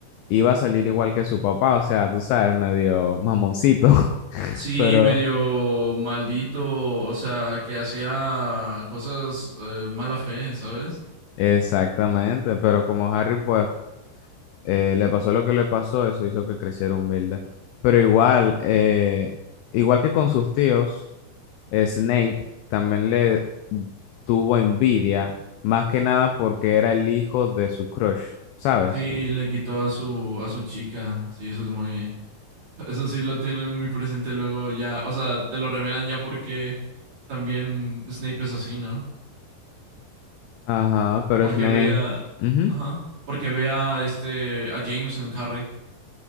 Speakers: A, on the left; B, on the right.
A: iba a salir igual que su papá, o sea, tú sabes, medio mamoncito, <laughs>
B: Sí,
A: pero
B: medio maldito, o sea, que hacía cosas eh, mala fe, ¿sabes?
A: exactamente, pero como Harry pues eh, le pasó lo que le pasó, eso hizo que creciera humilde, pero igual, eh, igual que con sus tíos, eh, Snape también le tuvo envidia, más que nada porque era el hijo de su crush, ¿sabes?
B: Sí, le quitó a su a su chica. Sí, eso es muy <laughs> eso sí lo tienen muy presente luego ya, o sea, te lo revelan ya porque también Snape es así, ¿no?
A: Ajá, pero
B: Porque
A: Snape.
B: ve a
A: ujú,
B: ajá, porque ve a este a James en Harry.